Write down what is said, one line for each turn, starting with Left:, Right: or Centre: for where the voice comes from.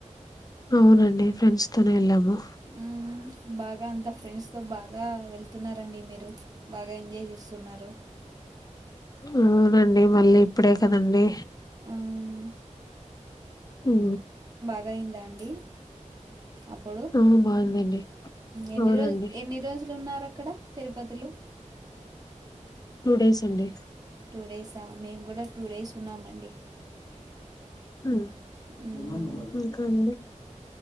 Left: అవునండి ఫ్రెండ్స్ తోనే వెళ్ళాము
Right: మ్మ్, బాగా అంత ఫ్రెండ్స్ తో బాగా వెళ్తున్నారండి మీరు బాగా ఎంజాయ్ చేస్తున్నారు
Left: అవునండి మరి ఎప్పుడు అసలు వినలే
Right: మ్మ్,
Left: ఊ
Right: బగాయిందా అండి అప్పుడు
Left: ఆ బాగుందండి
Right: ఎన్ని
Left: అవునండి
Right: రోజులు ఎన్ని రోజులు ఉన్నారు అక్కడ తిరుపతిలో
Left: టూ డేస్ అండి
Right: టూ డేసా మేము కూడా టూ డేస్ ఉన్నామండి
Left: హ
Right: మ్మ్,
Left: ఇంకా అండి